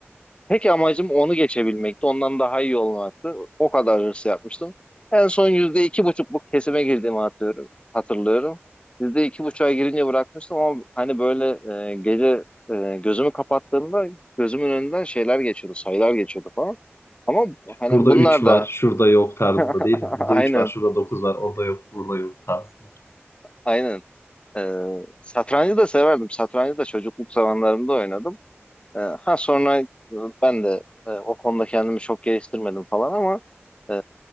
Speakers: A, on the left; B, on the left.
A: Tek amacım onu geçebilmekti. Ondan daha iyi olmaktı. O kadar hırs yapmıştım. En son yüzde iki buçukluk kesime girdiğimi hatırlıyorum. hatırlıyorum. Yüzde iki buçuğa girince bırakmıştım ama hani böyle e, gece e, gözümü kapattığımda gözümün önünden şeyler geçiyordu, sayılar geçiyordu falan. Ama hani
B: Burada
A: bunlar
B: 3 var,
A: da
B: şurada yok tarzında
A: <laughs>
B: değil mi? Burada
A: aynen
B: 3 var, şurada 9 var, orada yok, burada yok tarzında.
A: aynen. E, satrancı da severdim. Satrancı da çocukluk zamanlarımda oynadım. E, ha sonra e, ben de e, o konuda kendimi çok geliştirmedim falan ama e,